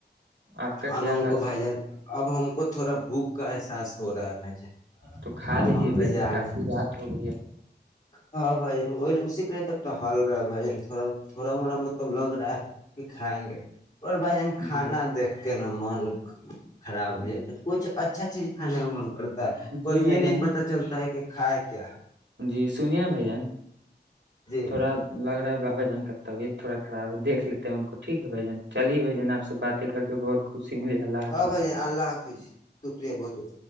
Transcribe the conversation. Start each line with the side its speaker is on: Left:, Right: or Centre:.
Right: آپ کا کیا
Left: اب ہم
Right: حال
Left: کو بھائی
Right: ہے
Left: جان اب ہم کو تھوڑا بھوک کا احساس تھ رہا ہے
Right: تو کھا
Left: اب
Right: لیجیے
Left: ہم بھی
Right: بھائی جان
Left: جا
Right: کافی
Left: رہے
Right: رات ہو گئی ہے
Left: ہاں بھائی جان وہی اسی کے لیے تو ایک ہل رہا ہے بھائی ج تھڑا تھوڑا موڑا مطلب لگ رہا ہے کہ کھائیں گے اور بھائی ج ہم کھانا
Right: جی
Left: دے کیا ن ملک خراب ہو جاتا
Right: جی
Left: کچھ اچھا اچھا چیز کھے کا من کرتا ہے
Right: جی
Left: اور
Right: بھائی
Left: یہ نہیں
Right: جان
Left: پتا چلتا ہے کہ کھائے کیا
Right: جی سنیے نا بھائی جان
Left: جی
Right: تھوڑا لگ رہا ہے ب بھن کابیعت تھوا خرا ہے دیک لیتے ا ان کو ٹھیک ہے بھجن چلیے بھ آپ سے باتیں کر کے بہت خوشی ملی اللہ حافظ
Left: ہاں بھائی جان اللہ حافظ شکریہ بہت بہت